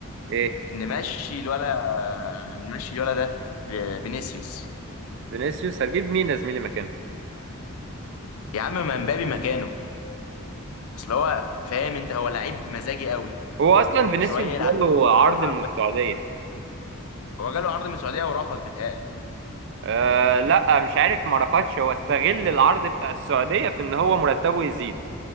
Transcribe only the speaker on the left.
نمشي الولا نمشي الولا ده آه، فينيسيوس
يا عم ما مبابي مكانه اصل هو فاهم انت هو لعيب مزاجي قوي
شويه يلعب
حلو وشويه
يلعب
وحش هو جاله عرض من السعوديه ورفض بيتهيألي